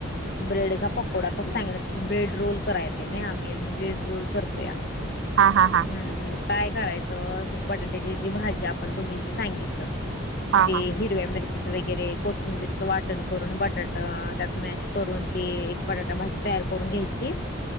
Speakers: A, on the left; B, on the right.
A: ब्रेडचा पकोडा कसा सांगीतला तस ब्रेड रोल करायच नाही आम्ही ब्रेड रोल करतोया.
B: हा हा हा
A: हम् म्हणजे काय करायचं बटाट्याची जी भाजी आपण तुम्ही जी सांगितलं
B: हा
A: ते हिर हिरव्या मिरचीच वगैरे कोथिंबीरचं वाटण करून बटाट त्यात मॅश करून ते एक बटाटा भाजी तयार करून घ्यायची